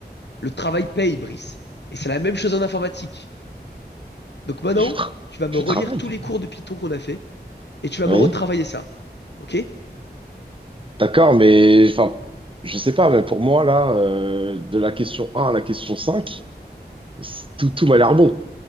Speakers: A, on the left (about 90°); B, on the right (about 30°).
A: Le travail paye, Brice. Et c'est la même chose en informatique. Donc maintenant,
B: Mais je, tra-
A: tu vas me
B: je
A: relire
B: travaille.
A: tous les cours de Python qu'on a fait et tu vas
B: oui
A: me retravailler ça. Ok?
B: D'accord, mais enfin, je sais pas, mais pour moi, là, euh, de la question un à la question 5, c'est- tout, tout m'a l'air bon.